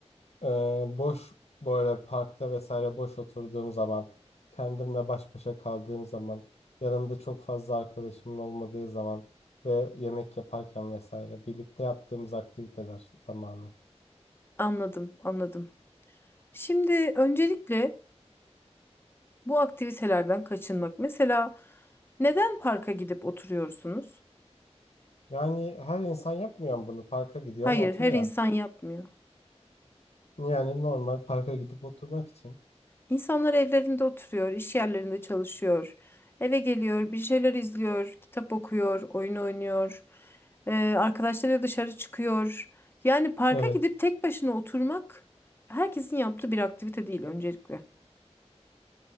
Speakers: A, on the left (about 70°); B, on the left (about 20°).
A: Eee, boş böyle parkta vesaire boş oturduğum zaman, kendimle baş başa kaldığım zaman, yanımda çok fazla arkadaşımın olmadığı zaman ve yemek yaparken vesaire birlikte yaptığımız aktiviteler zamanı.
B: Anladım, anladım. Şimdi öncelikle bu aktivitelerden kaçınmak. Mesela neden parka gidip oturuyorsunuz?
A: Yani her insan yapmıyor mu bunu? Parka gidiyor
B: Hayır,
A: ama oturuyor.
B: her insan yapmıyor.
A: Yani normal parka gidip oturmak için.
B: İnsanlar evlerinde oturuyor, iş yerlerinde çalışıyor. Eve geliyor, bir şeyler izliyor, kitap okuyor, oyun oynuyor. Ee, arkadaşlarıyla dışarı çıkıyor. Yani parka
A: Evet.
B: gidip tek başına oturmak herkesin yaptığı bir aktivite değil öncelikle.